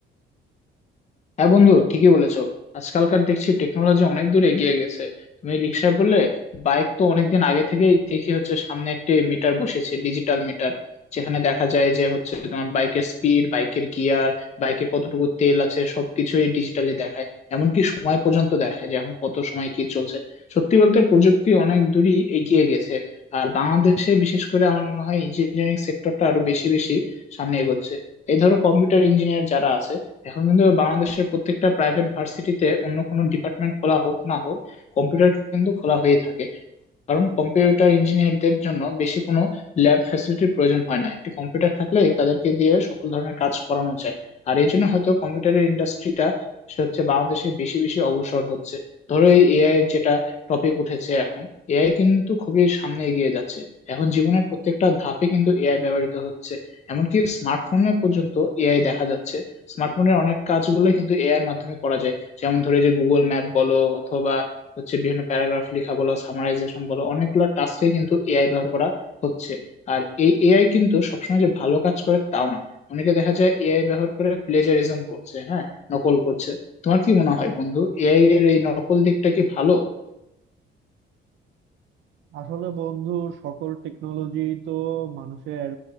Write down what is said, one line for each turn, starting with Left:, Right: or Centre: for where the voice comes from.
Left: হ্যাঁ বন্ধু ঠিকই বলেছো আজকালকার দেখছি টেকনোলজি অনেক দূর এগিয়ে গেছে তুমি রিক্সায় বললে বাইক তো অনেকদিন আগে থেকেই দেখি হচ্ছে সামনে একটি মিটার বসেছে ডিজিটাল মিটার যেখানে দেখা যায় যে হচ্ছে তোমার বাইকের স্পিড বাইকের গিয়ার বাইকে কতটুকু তেল আছে সবকিছুই ডিজিটালি দেখায় এমনকি সময় পর্যন্ত দেখায় যে এখন কত সময় কি চলছে সত্যি বলতে প্রযুক্তি অনেক দূরই এগিয়ে গেছে আর বাংলাদেশে বিশেষ করে আমার মনে হয় ইঞ্জিনিয়ারিং সেক্টরটা আরো বেশি বেশি সামনে এগোচ্ছে এই ধরো কম্পিউটার ইঞ্জিনিয়ার যারা আছে এখন কিন্তু বাংলাদেশের প্রত্যেকটা প্রাইভেট ভার্সিটিতে অন্য কোনো ডিপার্টমেন্ট খোলা হোক না হোক কম্পিউটার কিন্তু খোলা হয়েই থাকে কারণ কম্পিউটার ইঞ্জিনিয়ারদের জন্য বেশি কোনো ল্যাব ফ্যাসিলিটির প্রয়োজন হয় না একটি কম্পিউটার থাকলে তাদেরকে দিয়ে সকল ধরনের কাজ করানো যায় আর এই জন্য হয়তো কম্পিউটারের ইন্ডাস্ট্রিটা সে হচ্ছে বাংলাদেশে বেশি বেশি অগ্রসর হচ্ছে ধরো এই এআই যেটা টপিক উঠেছে এখন এআই কিন্তু খুবই সামনে এগিয়ে যাচ্ছে এখন জীবনের প্রত্যেকটা ধাপে কিন্তু এআই ব্যবহৃত হচ্ছে এমনকি স্মার্টফোনে পর্যন্ত এআই দেখা যাচ্ছে স্মার্টফোনের অনেক কাজগুলো কিন্তু এআই এর মাধ্যমে করা যায় যেমন ধরে যে গুগল ম্যাপ বলো অথবা হচ্ছে বিভিন্ন প্যারাগ্রাফ লেখা বলো সামারাইজেশন বলো অনেকগুলো টাস্কে কিন্তু এআই ব্যবহার করা হচ্ছে আর এই এআই কিন্তু সবসময় যে ভালো কাজ করে তাও না অনেকে দেখা যায় এআই ব্যবহার করে প্লেজারিজম করছে হ্যাঁ নকল করছে তোমার কি মনে হয় বন্ধু এআই এর এই নকল দিকটা কি ভালো
Right: আসলে বন্ধু সকল টেকনোলজি তো মানুষের